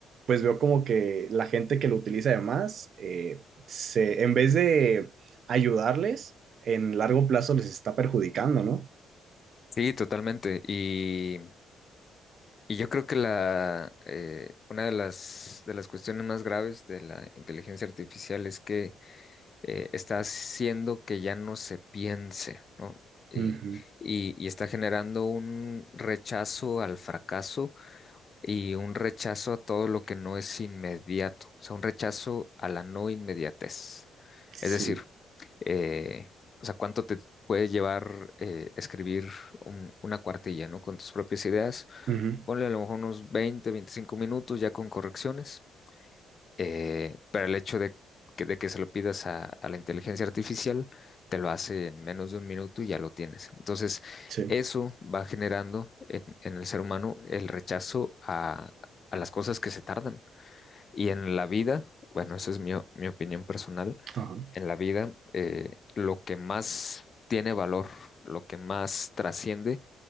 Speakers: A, on the right; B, on the left.
A: pues veo como que la gente que lo utiliza además, eh, se, en vez de ayudarles, en largo plazo les está perjudicando, ¿no?
B: Sí, totalmente. Y, y yo creo que la, eh, una de las, de las cuestiones más graves de la inteligencia artificial es que eh, está haciendo que ya no se piense, ¿no? Y,
A: Ujú.
B: y- y está generando un rechazo al fracaso y un rechazo a todo lo que no es inmediato, o sea, un rechazo a la no inmediatez.
A: Sí.
B: Es decir, eh, o sea, cuánto te puede llevar eh, escribir un- una cuartilla, ¿no? Con tus propias ideas.
A: Ujú.
B: Ponle a lo mejor unos 20 25 minutos ya con correcciones eh, pero el hecho de que, de que se lo pidas a, a la inteligencia artificial, te lo hace en menos de un minuto y ya lo tienes. Entonces,
A: Sí.
B: eso va generando en, en el ser humano el rechazo a, a las cosas que se tardan. Y en la vida, bueno, eso es mi, o- mi opinión personal,
A: Ajá.
B: en la vida eh, lo que más tiene valor, lo que más trasciende,